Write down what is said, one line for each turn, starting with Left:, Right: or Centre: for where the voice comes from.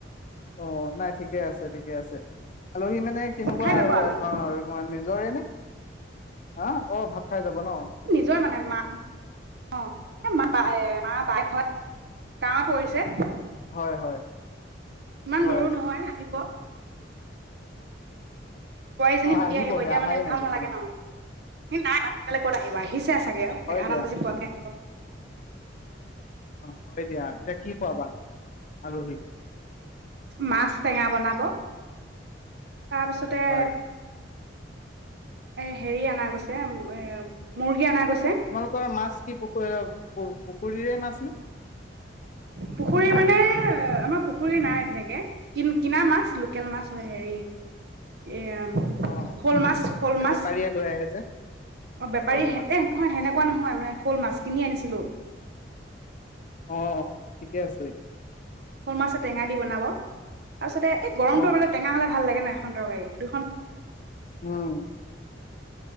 Left: অ নাই ঠিক ঠিকে আছে ঠিকে আছে আলহী মানে কেনেকুৱা
Right: খাই
Left: আৰু
Right: যাব আলহী
Left: ধৰণৰ আৰু তাৰ নিজৰে নে অহ, অ', ভাত খাই যাব ন
Right: নিজৰ মানে মা, অ', মা এ মা বাইক হয় গাঁৱত পৰিছে।
Left: হয়, হয়।
Right: ইমান
Left: হয়
Right: দূৰো নহয় আহিব। বোৱাৰীজনী
Left: অ
Right: সতি
Left: আহিবহে
Right: আহিব এতিয়া
Left: অহাই
Right: মানে
Left: নাই
Right: ভাল
Left: বৰ্তমান
Right: নালাগে ন সেই নাই সোনকালে ক'ত আহিব আহিছে চাগে অ',
Left: হয়
Right: এঘাৰটান
Left: দিয়া
Right: বজি পোৱাকে আহিব।
Left: হয় দিয়া, এতিয়া কি খোৱাবা আলহীক?
Right: মাছ টেঙা বনাব। তাৰপিছতে
Left: হয়
Right: এ হেৰি অনা গৈছে এ মুৰ্গী অনা গৈছে।
Left: তোমালোকৰ মাছ কি পখুৱে পখ পখ কৰিৰে মাছ নে।
Right: পুখুৰী মানে আমাৰ পুখুৰী নাই তেনেকে কিন কিনা মাছ লো লোকেল মাছ হয় হেৰি এয়া
Left: অ অ
Right: শ'ল মাছ, শ'ল
Left: এই
Right: মাছ।
Left: বেপাৰীয়ে লৈ আহে যে
Right: অ', বেপাৰী
Left: অকল
Right: হে
Left: মাছ
Right: এ নহয় সেনেকুৱা
Left: অ
Right: নহয় মানে শ'ল মাছ কিনি আনিছিলোঁ।
Left: অ', অ', ঠিকে আছে।
Right: শ'ল মাছ এ টেঙা দি বনাব। তাৰপাছতে এই গৰমটো
Left: অ অ
Right: বে টেঙা হ'লে ভাল লাগে না। খন তৰকাৰী দুখন
Left: উম।